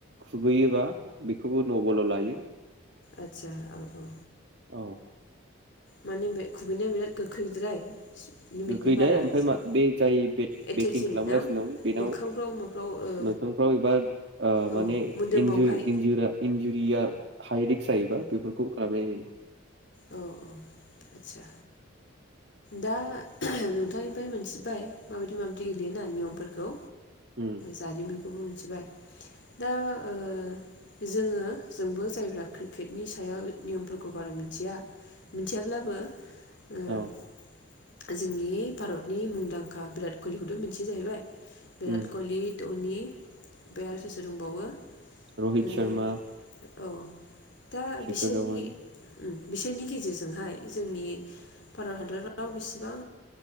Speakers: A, on the right; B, on the left.
A: खुबैयोबा बेखौबो नबलाव लायो।
B: आचसा औ औ।
A: औ
B: माने बे खुबैनाया बिराद गोख्रैद्राय लिमिटनि
A: गोख्रैद्राय
B: बारा
A: ओमफ्राय
B: जाय
A: बे जाय
B: एटेकिं
A: बेटिं खालामगासिनो
B: ना
A: दं बेनाव
B: मोखांफ्राव माफ्राव ओ
A: मोखांफ्राव एबा ओ
B: औ
A: माने
B: मोदोमावहाय
A: इन्जु इनजुरा इन्जु इया हाइ रिक्स जायोबा बेफोरखौ खालामनाय जायो।
B: औ औ आदसा दा नोंथांनिफ्राय मोनथिबाय माबायदि माबायदि गेलेयोना नियमफोरखौ।
A: उम
B: जारिमिन खौबो मोनथिबाय दा ओ जोङो जोंबो जायफ्रा क्रिकेटनि सायाव नियमफोरखौ बारा मि थिया मिथियाब्लाबो ओ
A: औ
B: जोंनि भारतनि मुंदांखा बिराट कहलिखौथ' मोनथि जाहैबाय बिराट
A: उम
B: कहलि धनि बे आरो सोर सोर दंबावो?
A: र'हित
B: ओ
A: सर्मा
B: औ दा
A: सेकर
B: बिसोरनि
A: धावान
B: उम बिसोरनि गेजेरजोंहाय जोंनि भारत हादराव बेसेबां